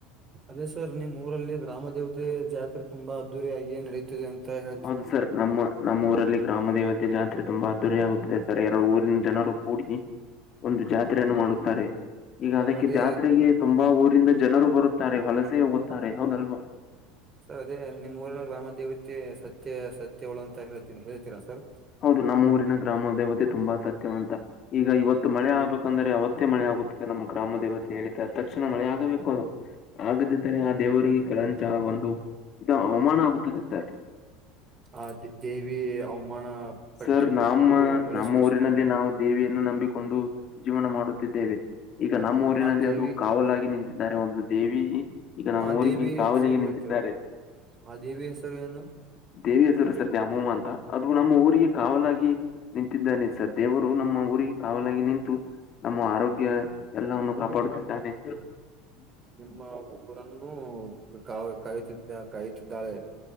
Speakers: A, on the right; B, on the left.
A: ಅದೇ ಸರ್ ನಿಮ್ ಊರಲ್ಲಿ ಗ್ರಾಮ ದೇವತೆ ಜಾತ್ರೆ ತುಂಬಾ ಅದ್ದೂರಿಯಾಗಿ ನಡೀತ. ನಡೀತೇದೆ ಅಂತ ಹೇಳ.
B: ಹೌದು ಸರ್ ನಮ್ಮ ನಮ್ಮ್ ಊರಲ್ಲಿ ಗ್ರಾಮ ದೇವತೆ ಜಾತ್ರೆ. ತುಂಬಾ ಅದ್ದೂರಿ ಆಗುತ್ತದೆ ಸರ್ ಎರಡು ಊರಿನ ಜನರು ಕೂಡಿ ಒಂದು ಜಾತ್ರೆಯನ್ನು ಮಾಡುತ್ತಾರೆ. ಈಗ ಅದಕ್ಕೆ
A: ಸರ್ ಅದೇ
B: ಜಾತ್ರೆಗೆ ತುಂಬಾ ಊರಿಂದ ಜನರು ಬರುತ್ತಾರೆ ವಲಸೆ ಹೋಗುತ್ತಾರೆ ಹೌದಲ್ವಾ.
A: ಸರ್ ಅದೇ ನಿಮ್ಮ ಊರಿನ ಗ್ರಾಮ ದೇವತೆ ಸತ್ಯ ಸತ್ಯವಳ ಅಂತ ಹೇಳ್ತೀನಿ ಹೇಳ್ತೀರಾ ಸರ್.
B: ಹೌದು ನಮ್ಮ ಊರಿನ ಗ್ರಾಮದೇವತೆ ತುಂಬಾ ಸತ್ಯವ ಅಂತಾ. ಈಗ ಇವತ್ತು ಮಳೆ ಆಗ್ಬೇಕಂದ್ರೆ ಅವತ್ತೇ ಮಳೆ ಆಗುತ್ತಿದೆ ನಮ್ಮ ಗ್ರಾಮ ದೇವತೆ ಹೇಳಿದ ತಕ್ಷಣ ಮಳೆ ಆಗಬೇಕು. ಆಗದಿದ್ದರೆ ಆ ದೇವರಿಗೆ ಕೆಳಂಚ ಒಂದು ಇದ ಅವಮಾನ ಆಗುತ್ತದೆ ಸರ್.
A: ಆ ದೇವಿ ಅವಮಾನ. ಪಟ್ಟುಕೊಂಡು
B: ಸರ್ ನಮ್ಮ
A: ಮಳೆ
B: ನಮ್ಮ
A: ಸುರಿಸುತ್ತಾಳೆ
B: ಊರಿನಲ್ಲಿ ನಾವು. ದೇವಿಯನ್ನು ನಂಬಿಕೊಂಡು ಜೀವನ ಮಾಡುತ್ತಿದ್ದೇವೆ. ಈಗ ನಮ್ಮ ಊರಿನಲ್ಲಿ
A: ಆ ದೇವಿ
B: ಅದು ಕಾವಲಾಗಿ ನಿಂತಿದ್ದಾರೆ ಒಂದು ದೇವಿಯಲ್ಲಿ. ಈಗ ನಮ್ಮ
A: ಆ
B: ಊರಿಗೆ
A: ದೇವಿಯ
B: ಕಾವಲಿಗೆ
A: ಹೆಸರು
B: ನಿಂತಿದ್ದಾರೆ.
A: ಹೇಳ್ತೀರಾ ಆ ದೇವಿಯ ಹೆಸರು ಏನು
B: ದೇವಿ ಹೆಸರು ಸರ್ ದ್ಯಾಮವ್ವ ಅಂತ ಅದು ನಮ್ಮ ಊರ್. ಊರಿಗೆ ಕಾವಾಲಾಗಿ ನಿಂತಿದ್ದಾನೆ ಸರ್ ದೇವರು ನಮ್ಮ ಊರಿಗೆ ಕಾವಲಾಗಿ ನಿಂತು. ನಮ್ಮ ಆರೋಗ್ಯ ಎಲ್ಲವನ್ನು ಕಾಪಾಡುತ್ತಿದ್ದಾನೆ.
A: ನಿಮ್ಮ ಊರನ್ನು ಕಾ ಕಾಯುತ್ತಿದ್ದ ಕಾಯುತ್ತಿದ್ದಾಳೆ.